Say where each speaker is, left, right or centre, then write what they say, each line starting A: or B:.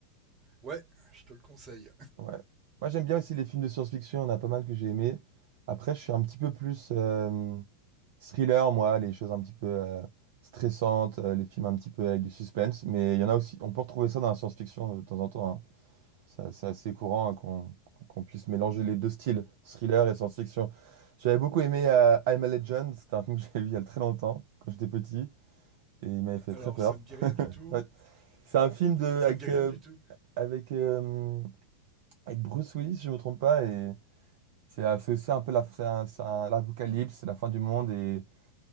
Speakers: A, on the right; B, on the right.
A: Ouais, je te le conseille.
B: Ouais. Moi, j'aime bien aussi les films de science-fiction, il y en a pas mal que j'ai aimé. Après, je suis un petit peu plus euh, thriller, moi, les choses un petit peu euh, stressantes, euh, les films un petit peu avec du suspense. Mais il y en a aussi, on peut retrouver ça dans la science-fiction de temps en temps. hein. Ça- C'est assez courant hein, qu'on qu'on puisse mélanger les deux styles, thriller et science-fiction. J'avais beaucoup aimé euh, I'm a Legend, c'était un film que <laughs> j'avais vu il y a très longtemps, quand j'étais petit, et il m'avait fait
A: Alors,
B: très peur.
A: ça me dit
B: <laughs>
A: rien
B: Enfin,
A: du tout.
B: C'est un film de,
A: Ça
B: avec,
A: me dit rien
B: euh,
A: du tout.
B: avec, euh, avec Bruce Willis, si je me trompe pas, et. C'est la- c'est aussi un peu la, c'est un- c'est un- l'apocalypse, c'est la fin du monde. Et, et